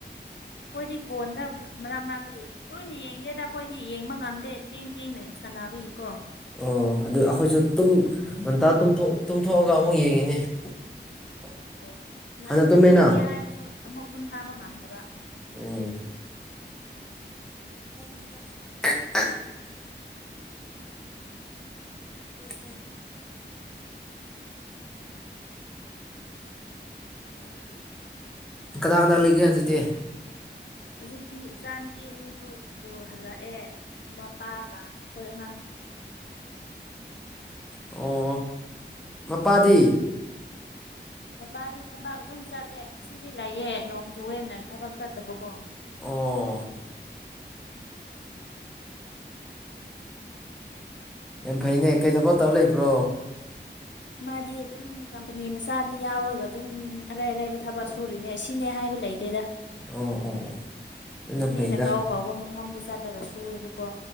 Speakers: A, on the left; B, in the centre.
A: ꯀꯣꯏꯗꯤ ꯐꯣꯟꯗ ꯃꯔꯛ ꯃꯔꯅꯥꯛꯇ ꯌꯦꯡꯉꯦ ꯇꯣꯏꯅ ꯌꯦꯡꯗꯦꯗ ꯑꯩꯈꯣꯏꯗꯤ ꯌꯦꯡꯕ ꯉꯝꯗꯦ ꯊꯦꯡ ꯊꯦꯡꯅ ꯁꯥꯟꯅꯕꯒꯤꯀꯣ
B: ꯑꯣ ꯑꯗꯨ ꯑꯩꯈꯣꯏꯁꯨ ꯇꯨꯝ ꯉꯟꯇꯥ ꯇꯨꯝꯊꯣꯛꯑꯒ ꯑꯃꯨꯛ ꯌꯦꯡꯉꯤꯅꯦ <unintelligible>
A: ꯑꯣ ꯉꯟꯅ
B: ꯍꯥꯟꯅ ꯇꯨꯝꯃꯦꯅ
A: ꯇꯨꯝꯒꯦ ꯍꯥꯏꯔꯁꯨ ꯑꯃꯨꯛ ꯇꯨꯝ ꯊꯥꯕ ꯉꯝꯗꯕ
B: ꯎꯝ <unintelligible> ꯎꯝ ꯀꯅꯥ ꯀꯅꯥ ꯂꯩꯒꯦ ꯍꯧꯖꯤꯛꯇꯤ
A: ꯍꯧꯖꯤꯛꯇꯤ ꯏꯆꯥ ꯅꯨꯨꯄꯤ ꯑꯅꯤꯁꯨ ꯁ꯭ꯀꯨꯜ ꯍꯜꯂꯛꯑꯦ ꯃꯄꯥꯒ ꯑꯩꯈꯣꯏ ꯑꯉꯥꯡ
B: ꯑꯣ ꯃꯄꯥꯗꯤ
A: ꯃꯄꯥꯗꯤ ꯊꯕꯛ ꯑꯗꯨꯝ ꯆꯠꯂꯦ ꯁꯤꯗꯤ ꯂꯩꯌꯦ ꯅꯣꯡ ꯆꯨꯨꯔꯦ ꯅ ꯊꯕꯛ ꯆꯠꯇꯕꯀꯣ
B: ꯑꯣ ꯌꯥꯝ ꯐꯩꯅꯦ ꯀꯩꯗꯕ ꯇꯧꯔ ꯂꯩꯕ꯭ꯔꯣ
A: ꯃꯥꯗꯤ ꯑꯗꯨꯝ ꯀꯝꯄꯅꯤ ꯃꯆꯥꯗ ꯌꯥꯎꯔꯒ ꯑꯗꯨꯝ ꯑꯔꯥꯏ ꯑꯔꯥꯏꯕ ꯊꯕꯛ ꯁꯨꯔꯤꯅꯦ ꯁꯤꯅꯦ ꯍꯥꯏꯕ ꯂꯩ ꯦꯗ
B: ꯑꯣ ꯑꯣ ꯑꯣ ꯑꯗꯨꯅ ꯐꯩꯗ
A: ꯃꯤꯅ ꯀꯥꯎ ꯀꯥꯎꯕ ꯑꯃꯨ ꯃꯐꯝꯗ ꯆꯠꯂꯒ ꯁꯨꯦꯔꯕꯀꯣ